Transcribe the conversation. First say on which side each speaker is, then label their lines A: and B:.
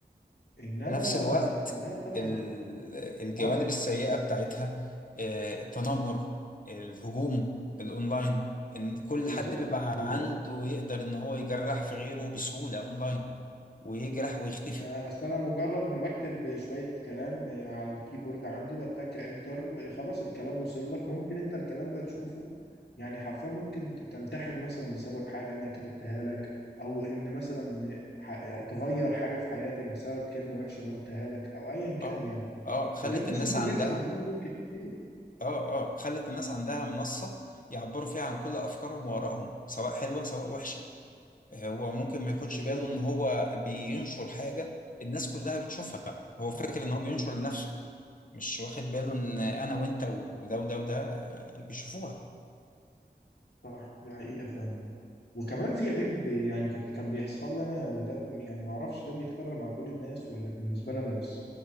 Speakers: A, on the left; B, on the left.
A: انما
B: في نفس الوقت
A: انما طبعا
B: ال- الجوانب
A: اه
B: السيئة بتاعتها آه، التنمر الهجوم الأونلاين إن كل
A: بالظبط
B: حد بيبقى
A: بالظبط
B: عنده يقدر إن هو يجرح في غيره بسهولة أونلاين ويجرح ويختفي
A: آه، اصل انا مجرد ما بكتب شويه كلام آه، على الكيبورد عندي واتك انتر آه، خلاص الكلام وصل لك ممكن انت الكلام ده تشوفه يعني حرفيا ممكن تنتحر مثلا بسبب حاجه انا كتبتها لك او ان مثلا ح- تغير حاجه في حياتك بسبب كلمه وحشه انا قلتها لك او ايا كان
B: آه
A: يعني
B: آه خلت
A: وده بنشوفه
B: الناس عندها
A: بيحصل اليومين دول كتير
B: آه آه خلت الناس عندها منصة يعبروا فيها عن كل أفكارهم وآرائهم سواء حلوة سواء وحشة آه، هو ممكن ما ياخدش
A: بالظبط
B: باله إن هو بينشر حاجة الناس كلها بتشوفها هو فاكر إن هو بينشر لنفسه مش واخد باله ان انا وانت وده وده وده آه، بيشوفوها
A: صح دي حقيقه فعلا وكمان في عيب يعني كنت كان بيحصل لنا وده يعني ما اعرفش ده بيتكرر مع كل الناس ولا بالنسبه لنا بس